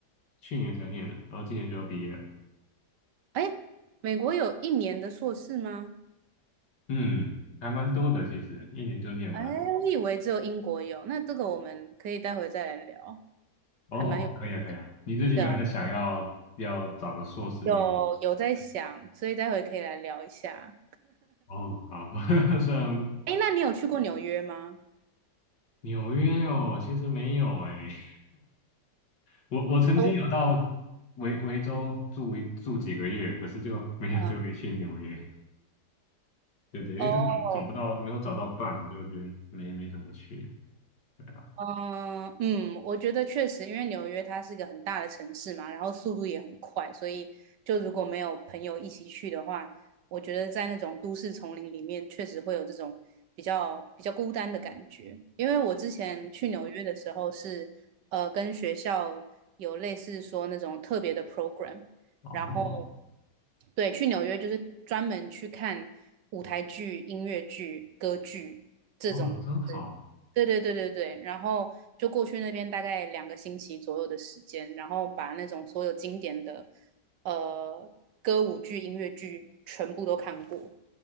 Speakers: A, on the left; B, on the right.
A: 去年才念的，然后今年就要毕业了，
B: 诶，美国有一年的硕士吗？
A: 嗯，还蛮多的，其实一年就念完。
B: 哎，我以为只有英国有，那这个我们可以待会再来聊，
A: 哦，
B: 还蛮有趣的。
A: 可以啊，可以啊。你最近有在想要要找个硕士念？
B: 对啊，有有在想，所以待会可以来聊一下。
A: 哦，好，<laughs> 虽然
B: 哎，那你有去过纽约吗？
A: 纽约哦，其实没有诶，我我曾经有到
B: 哦，
A: 维维州住一住几个月，可是就没有特别去纽约。
B: 嗯，
A: 对对，因为就找找不到，
B: 哦，
A: 没有找到伴，就觉得没没怎么去。对啊，
B: 嗯嗯，我觉得确实，因为纽约它是一个很大的城市嘛，然后速度也很快，所以就如果没有朋友一起去的话，我觉得在那种都市丛林里面，确实会有这种比较比较孤单的感觉。因为我之前去纽约的时候是，呃，跟学校有类似说那种特别的 program，
A: 哦
B: 然后对，去纽约就是专门去看舞台剧、音乐剧、歌剧这种
A: 哦，真好，
B: 对对对对对，然后就过去那边大概两个星期左右的时间，然后把那种所有经典的呃歌舞剧、音乐剧全部都看过，